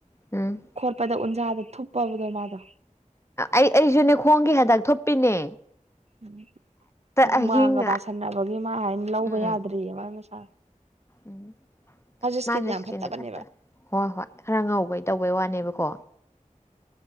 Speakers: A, on the left; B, on the right.
A: ꯎꯝ
B: ꯈꯣꯠꯄꯗ ꯎꯟꯖꯥꯗ ꯊꯨꯞꯄꯕꯗꯣ ꯃꯥꯗꯣ
A: ꯑꯩ ꯑꯩꯁꯨꯅꯦ ꯈꯣꯡꯒꯤ ꯍꯟꯗꯛ ꯊꯣꯛꯄꯤꯅꯦ
B: ꯎꯝ ꯍꯨꯃꯥꯡꯒ
A: ꯑꯍꯤꯡ
B: ꯄꯁꯟꯅꯕꯒꯤ ꯃꯥ ꯍꯥꯏꯅ ꯂꯧꯕ
A: ꯎꯝ
B: ꯌꯥꯗ꯭ꯔꯤꯑꯕ ꯃꯁꯥ
A: ꯎꯝ
B: ꯏꯁꯀꯤꯟ
A: ꯃꯥꯁꯨ
B: ꯌꯥꯝ
A: ꯏꯁꯀꯤꯟꯗꯤꯦ
B: ꯐꯠꯇꯕꯅꯦꯕ
A: ꯐꯠꯇ ꯍꯣꯏ ꯍꯣꯏ ꯈꯔ ꯉꯧꯕꯩ ꯇꯧꯕꯩ ꯋꯥꯅꯦꯕꯀꯣ